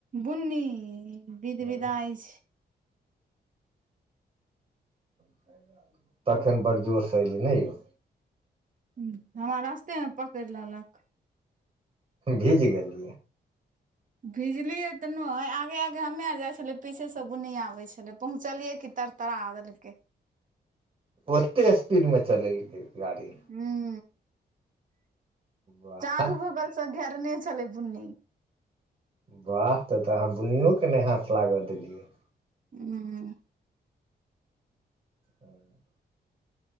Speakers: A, on the right; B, on the right.
A: बुन्नी
B: हँ
A: विध विधइ छै
B: <inaudible> तखन बड जोर से एऐलै नै यौ
A: हूँ हमरा रास्तेमे पकड़ि लेलक
B: भीज गेली
A: भिजलियै तऽ नय आगे आगे हमे आल जाइ छलियै पीछेसँ बुनी आबै छलै पहुँचलियै की तर तऽरा देलकै
B: ओते स्पीडमे चलेलकै गाड़ी
A: हूँ
B: वाह
A: चारू बगल से घेरने छलै बुन्नी
B: वाह तऽ तऽ अहाँ बुनीयोके नै हाथ लागऽ देलियै
A: हूँ
B: हूँ